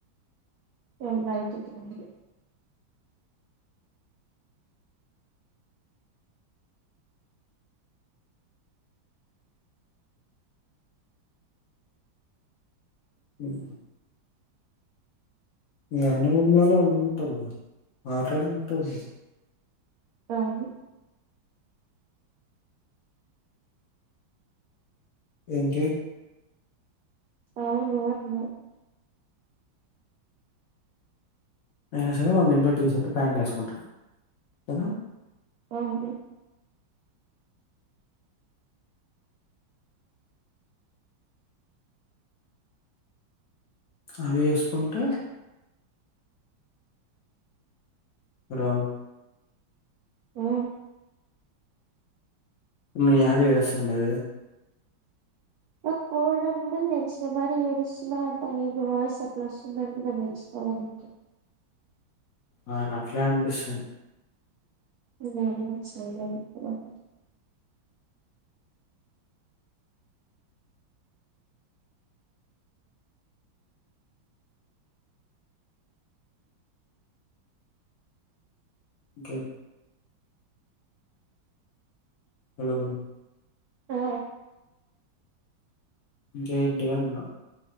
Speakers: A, on the right; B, on the left.
A: వాళ్లు బయటికి రారు
B: అవునా మీ అన్న రూమ్ లోనే ఉంటది మాట్లాడే ఉంటాది
A: అవును
B: ఏంటి
A: అవును అన్న
B: అయినా సరే మనం ఇంట్లో టీషర్ట్ పాయింట్లు వేసుకుంటాం కదా
A: అవును
B: అది వేసుకుంటే రావు
A: ఉ
B: మీ యారు ఏడుస్తుండేది
A: నా కోల్డ్ అని కూడా తెలుసుగా మరి ఏడుస్తున్న అంటావ్ ఏంది వాయస్ అట్లా వస్తుందని కూడా తెలుసు పర్వాలేదు
B: నాకు అట్లే అనిపిస్తుంది
A: ఆ సరేలే బాయ్
B: ఇంకేమి హలో
A: ఆ
B: ఇంకేంటి అంటున్న